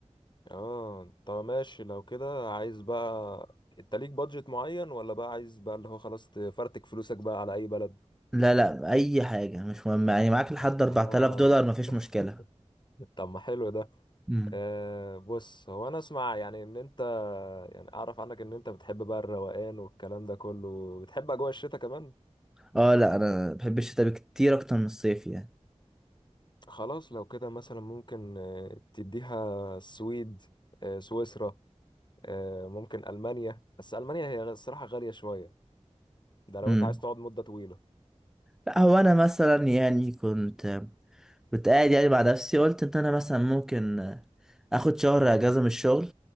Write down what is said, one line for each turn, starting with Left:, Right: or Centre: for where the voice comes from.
Left: اه طب ماشي لو كده عايز بقى انت ليك بادجت معين ولا بقى عايز بقى اللي هو خلاص تفرتك فلوسك بقى على اي بلد
Centre: لا لا اي حاجه مش مهم يعني معاك لحد
Left: اه
Centre: 4000 دولار مفيش
Left: <laughs>
Centre: مشكله
Left: طب ما حلو ده
Centre: امم
Left: آه بص هو انا اسمع يعني ان انت يعني اعرف عنك ان انت بتحب بقى الروقان والكلام ده كله بتحب اجواء الشتاء كمان
Centre: اه لا انا بحب الشتاء كتير اكتر من الصيف يعني
Left: خلاص لو كده مثلا ممكن آه، تديها السويد آه، سويسرا آه، ممكن ألمانيا بس ألمانيا هي الصراحة غالية شوية ده لو
Centre: امم
Left: أنت عايز تقعد مدة طويلة
Centre: لا هو انا مثلا يعني كنت كنت قاعد يعني مع نفسي قلت ان انا مثلا ممكن آه، اخد شهر
Left: امم
Centre: اجازه من الشغل